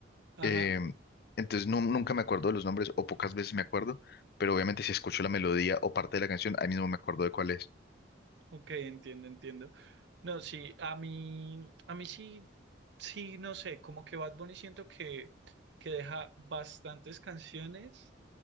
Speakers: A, on the right; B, on the left.
A: ajá,
B: Eh, entonces nu- nunca me acuerdo de los nombres o pocas veces me acuerdo, pero obviamente si escucho la melodía o parte de la canción, ahí mismo me acuerdo de cuál es.
A: ok, entiendo, entiendo, no, sí, a mí, a mí sí, sí, no sé, como que Bad Bunny siento que, que deja bastantes canciones